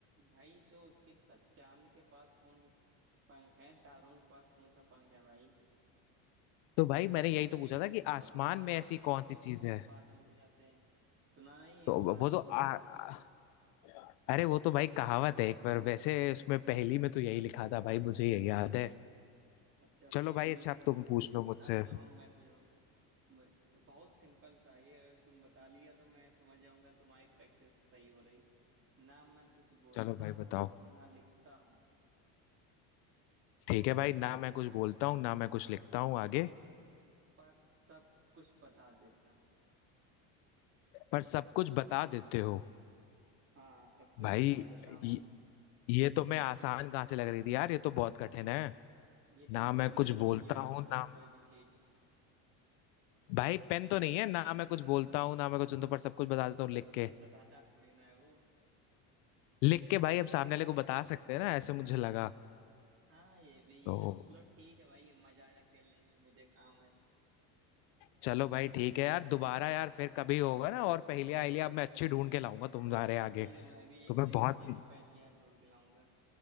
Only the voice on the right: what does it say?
भाई तो उसके त- चांद के पास कौन सा पंख है तारों के पास कौन सा पंख है भाई
वो
तो हवा आती
है
तो
बादल उड़ जाते हैं सुना नहीं है
बादल
उड़ रहे हैं
अच्छा
फिर
ये
अब तो हम मैं पूछ रहा हूँ ब- बहुत सिंपल सा ये अगर तुम बता लिया तो मैं समझ जाऊंगा तुम्हारी प्रैक्टिस सही हो रही ना मैं कुछ बोलता
हूँ
ना लिखता हूँ
पर सब कुछ बता देता हूँ
हाँ सब कुछ
बता देता
हूँ
ये तुम
डेली
यूज
किया
करते हो
कोई भी चीज
भाई बताता थोड़ी ना है वो
हाँ ये भी
है। चलो ठीक है भाई मजा आया खेलने में मुझे काम है
ठीक
है मैं भी एक
से
एक अच्छी पहेलियां ढूंढ के लाऊंगा